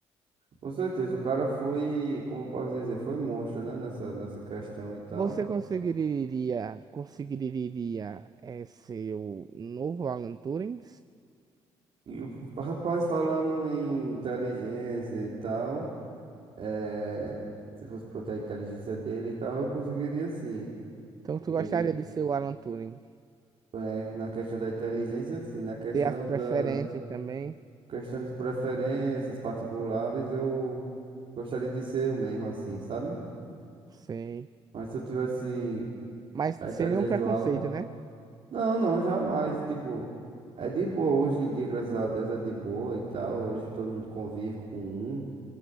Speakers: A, on the right; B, on the right.
A: Com certeza, o cara foi, como eu posso dizer, foi monstro, né, nessa, nessa questão e tal.
B: Você conseguiria, conseguiria eh, ser o novo Alan Turing?
A: E o <laughs> rapaz falando em inteligência e tal, eh, se fosse proteger a inteligência dele e tal, eu conseguiria sim.
B: Então, tu
A: Ele,
B: gostaria de ser o Alan Turing?
A: eh, na questão da inteligência, sim, na questão
B: Ter as preferências
A: da
B: também?
A: questão de preferências particulares, eu gostaria de ser eu mesmo, assim, sabe?
B: Sei.
A: Mas se eu tivesse
B: Mas
A: a inteligência
B: sem nenhum preconceito,
A: do Alan.
B: né?
A: Não, não, jamais. Tipo, é de boa. Hoje em dia, graças a Deus, é de boa e tal. Hoje todo mundo convive com um